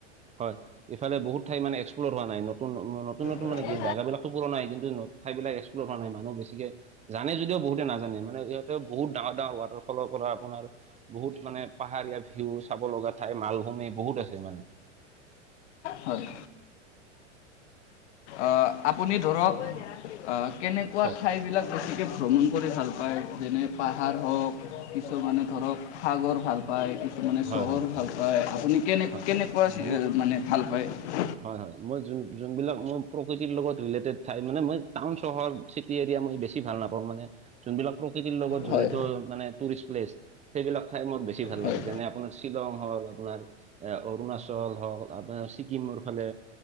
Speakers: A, on the right; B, on the left.
A: হয় ইফালে বহুত ঠাই মানে এক্সপ্ল'ৰ হোৱা নাই নতুন নতুন নতুন
B: হয়
A: মানে কি জাগাবিলাক পোৰণা নাই কিন্তু ঠাই বিলাক একস্ বস্ত হোৱা নাই মানুহ বেছিকে জানে যদিও বহুতে নাজানে মানে ইহঁতে বহুত ডাঙৰ ডাঙৰ ৱাটাৰফলৰ পৰা আপোনাৰ বহুত মানে পাহাৰীয়া ভিউ চাব লগা ঠাই মালভূমি বহুত আছে মানে
B: হয় আহ আপুনি ধৰক কেনেকুৱা
A: হয়
B: ঠাইবিলাক বেছিকৈ ভ্ৰমণ কৰি ভাল পায় যেনে পাহাৰ হওক কিছুমানে ধৰক সাগৰ ভাল পায় মানে
A: হয়
B: চহৰ
A: হয় হয়
B: ভাল পায় আপুনি কেনে
A: হয়
B: কেনেকুৱা
A: মই
B: মানে ভাল পায়
A: হয় হয় মই যোন যোনবিলাক মোৰ প্ৰকৃতিৰ লগত ৰিলেটেড ঠাই মানে মই টাউন চহৰ টি এৰিয়া মই বেছি ভাল নাপাওঁ মানে যোনবিলাক প্ৰকৃতিৰ লগত জড়িত
B: হয়
A: মানে টুৰিষ্ট প্লেচ সেইবিলাক ঠাই মোৰ বেছি ভাল
B: হয়
A: লাগে যেনে আপোনাৰ শ্বিলং হ'ল আপোনাৰ এ অৰুণাচল হওক আপোনাৰ ছিকিমৰ ইফালে